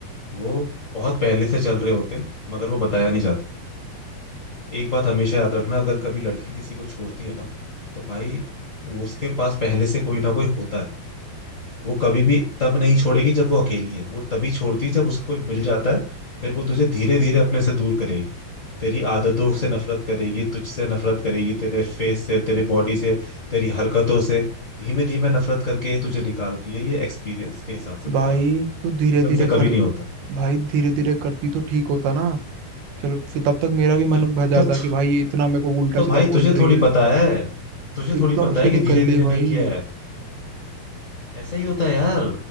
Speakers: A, on the left (about 35°); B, on the right (about 80°).
A: वो बहुत पहले से चल रहे होते हैं मगर वो बताया नहीं जाता एक बात हमेशा याद रखना अगर कभी लड़की किसी को छोड़ती है ना तो भाई उसके पास पहले से कोई ना कोई होता है वो कभी भी तब नहीं छोड़ेगी जब वो अकेली है वो तभी छोड़ती है जब उसको कोई मिल जाता है फिर वो तुझे धीरे धीरे अपने से दूर करेगी तेरी आदतों से नफरत करेगी तुझसे नफरत करेगी तेरे फेस से तेरी बॉडी से तेरी हरकतों से धीमे धीमे नफरत करके तुझे निकालती है ये एक्सपीरियंस के हिसाब से बता
B: भाई
A: रहा
B: तो
A: हूँ
B: धीरे
A: एकदम
B: धीरे
A: से कभी
B: कर
A: नहीं होता
B: भाई धीरे धीरे करती तो ठीक होता ना चल फिर तब तक मेरा भी
A: तो
B: मन
A: तो,
B: भर जाता
A: तो
B: कि भाई ये इतना मेरे को उल्टा
A: तो
B: सीधा
A: भाई तुझे
B: बोल रही
A: थोड़ी
B: है
A: पता है तुझे
B: एकदम
A: थोड़ी पता
B: से
A: है
B: निकल
A: कि धीरे धीरे
B: ली भाई
A: नहीं किया है ऐसा ही होता है यार